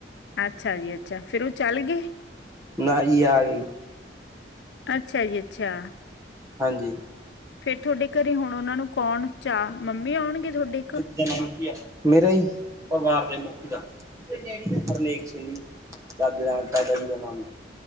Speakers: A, on the left; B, on the right.
A: ਅੱਛਾ ਜੀ, ਅੱਛਾ। ਫਿਰ ਉਹ ਚੱਲ ਗਏ?
B: ਨਾ ਈ ਆਗੀ।
A: ਅੱਛਾ ਜੀ, ਅੱਛਾ।
B: ਹਾਂਜੀ।
A: ਫੇਰ ਤੁਹਾਡੇ ਘਰੇ ਹੁਣ ਉਹਨਾਂ ਨੂੰ, ਕੌਣ ਚਾਹ? ਮੰਮੀ ਆਉਣਗੇ ਥੋਡੇ ਇੱਕ।
B: ਤੇਰਾ ਨਾਮ ਕੀ ਐ? ਮੇਰਾ ਈ? ਪਰਿਵਾਰ ਦੇ ਮੁੱਖੀ ਦਾ ਹਰਨੇਕ ਸਿੰਘ ਜੀ। ਦਾਦੇ ਦਾ ਨਾਂ, ਦਾਦਾ ਜੀ ਦਾ ਨਾਮ।